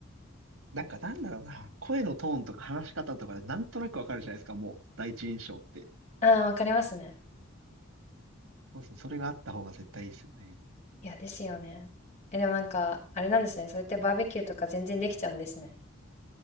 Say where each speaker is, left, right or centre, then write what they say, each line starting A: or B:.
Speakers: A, on the right; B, on the left.
A: なんかなんだろうな、声のトーンとか話し方とかでなんとなくわかるじゃないですか、もう第一印象って。
B: ああ、わかりますね。
A: そうですね、それがあった方が絶対いいですよね。
B: いや、ですよね。え、でもなんか、あれなんですね。そうやってバーベキューとか全然できちゃうんですね。